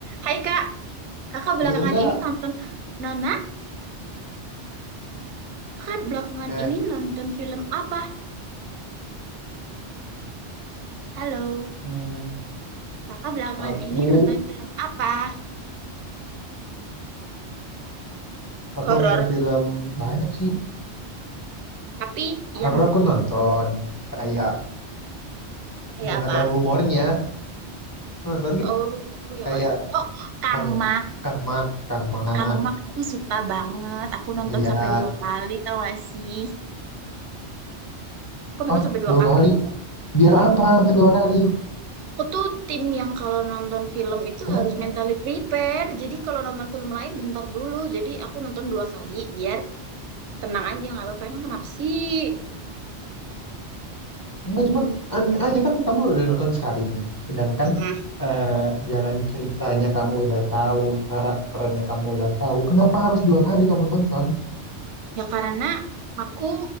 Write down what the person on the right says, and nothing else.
Hai Kak, kakak belakangan
ini nonton Nona, kakak belakangan
ini nonton film apa? Halo,
kakak belakangan
ini nonton film apa?
Horor,
tapi
yang
kayak
apa?
Oh, yang
ada. Oh, Kang
Mak.
Kang Mak aku suka banget. Aku nonton
sampai dua kali tau gak sih? Aku nonton
sampai dua
kali.
Iya.
Aku tuh tim yang kalau nonton film itu
harus mentally prepare. Jadi kalau nonton film lain bentar dulu. Jadi aku nonton dua kali biar Tenang aja, nggak apa-apa. Emang kenapa sih?
mm
Ya karena aku